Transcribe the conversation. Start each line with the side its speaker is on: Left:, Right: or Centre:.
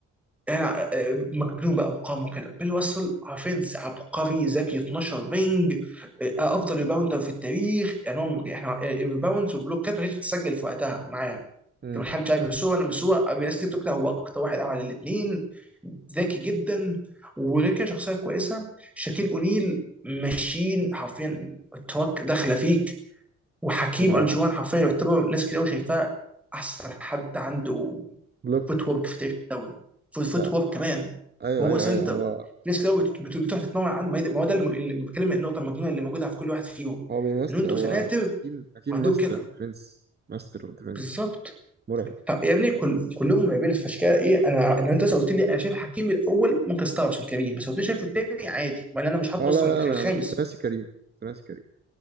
Centre: يعني آه، مجنون بقى ارقامه كده بيل واسل حرفيا عبقري ذكي 12 رينج آه، افضل ريباوندر في التاريخ يعني هو احنا الريباوندز وبلوكات ما كانتش بتتسجل في وقتها معاه
Right: <laughs>
Centre: في محل شاي بس هو انا بس هو الناس كتير بتقول هو اكتر واحد عمل الاثنين ذكي جدا وغير كده شخصيه كويسه شاكيل اونيل ماشيين حرفيا التراك داخله فيك وحكيم
Right: آه،
Centre: الجوان حرفيا يعتبر ناس كتير قوي شايفاه احسن حد عنده
Right: بلوك
Centre: فوت وورك في تاريخ الدوري فوت فوت
Right: لا
Centre: وورك كمان
Right: ايوه
Centre: وهو
Right: ايوه
Centre: سنتر
Right: ايوه هو
Centre: ناس كتير قوي بت- بت- بتروح تتمرن عنه ما هي- ما هو ده اللي مج- اللي بتكلم النقطه المجنونه اللي موجوده في كل واحد فيهم
Right: هو بيمست
Centre: ان انتوا
Right: هو
Centre: سناتر
Right: حكيم حكيم
Centre: وعندكم
Right: ماستر
Centre: كده
Right: ديفنس ماستر اوف ديفنس
Centre: بالظبط
Right: مرعب
Centre: ف- يا ابني كل كلهم مرعبين فعشان كده ايه انا ان انت لسه قلت لي انا شايف حكيم الاول ممكن استغرب عشان كريم بس لو انت شايفه التاني عادي ما انا مش حاطه
Right: لا
Centre: اصلا
Right: لا لا
Centre: غير
Right: انا
Centre: الخامس
Right: انا كنت ناسي كريم أنا كنت ناسي كريم